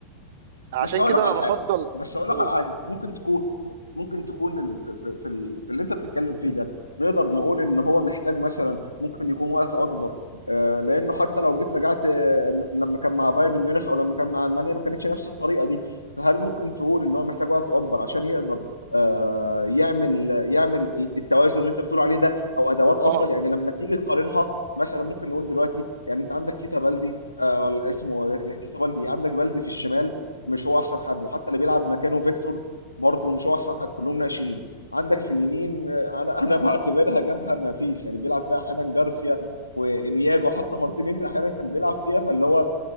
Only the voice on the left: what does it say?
بس هقول
لك على
حاجه بس هقول لك
على حاجه ممكن تكون ممكن تكون ال- في, في, في, ال- في اللي انت بتتكلم فيه ده نقدر نقول ان هو محتاج مثلا ممكن يكون وقت اكبر آه لانه حتى لو جيت رجعت آه لما كان مع بايرن ميونخ او لما كان مع المانيا ما كانتش نفس الطريقه دي فهل ممكن تقول ان هو محتاج وقت اكبر عشان يقدر آه يعمل يعمل ال- التوازن اللي انت بتقول عليه ده او ادوات افضل
يعني لما تيجي تقارنها مثلا ممكن نقول دلوقتي يعني انت عندك كيتا بالدي آه ولا اسمه كيتا بالدي عندك بالدي في الشمال مش هو احسن حد وحتى اللي بيلعب مكانه فيكتور برضه مش هو احسن حد كلهم ناشئين عندك في اليمين آه، انا انا <laughs> بعتبرها جبهه ما فيش يعني بيلعب فيها احيانا جارسيا وانياجو حتى مارتينيز احيانا كان بيلعب فيها فاللي هو